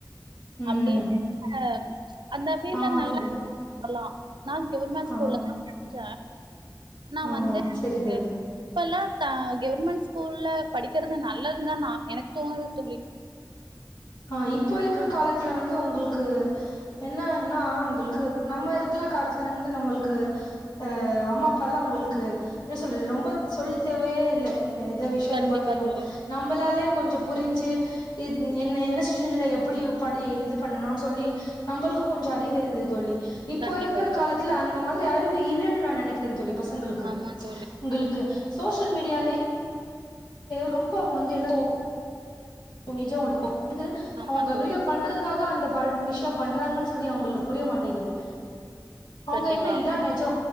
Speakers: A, on the left (about 70°); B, on the right (about 85°).
A: ம்
B: அப்படி <inaudible> அந்த ஃபீல்ட்ல
A: ஆமா
B: நல்லா
A: தோழி
B: நா கவர்மெண்ட்
A: ஆ
B: ஸ்கூல்ல தா படிச்ச நா
A: ஆமா
B: வந்து
A: சரி தோழி
B: <inaudible> இப்பல்லா கவர்மெண்ட் ஸ்கூல்ல படிக்கிறது நல்லதுதா நா எனக்கு தோணுது தோழி
A: ஆ இப்போ இருக்கற காலத்துல வந்து உங்களுக்கு என்னன்னா ஏங்களுக்கு நம்ம இருக்கற காலத்துல இருந்து நம்மளுக்கு ஆ அம்மா அப்பா எல்லா உங்களுக்கு என்ன சொல்றது ரொம்ப சொல்ல தேவையே இல்லை எத விஷயத்த
B: கண்டிப்பா
A: பத்தியு
B: தோழி
A: நம்மளாலே கொஞ்ச புரிஞ்சு என்ன என்ன டுஷன்ல எப்டி படி இது பண்ணணு சொல்லி நம்மளுக்கு கொஞ்சோ அறிவு இருந்தது தோழி இப்போ
B: கண்டிப்பா
A: இருக்கிற
B: தோழி
A: காலத்துல அந்த மாதிரி அறிவு இல்லைன்னு நா நெனைக்கிற தோழி பசங்களுக்கு
B: ஆமா தோழி
A: உங்களுக்கு சோசியல் மீடியாலே ரொம்ப வந்து என்ன சொ நிஜோ உங்களுக்கு வந்து
B: ஆமா
A: அவுங்க
B: தோழி
A: வீடியோ பண்றதுக்கு எதுக்காக அந்த விஷ்யோ பண்றாங்கன்னு சொல்லி அவுங்களுக்கு புரிய மாட்டிங்குது அவுங்க
B: கண்டிப்பா
A: என்ன இதா நெஜோ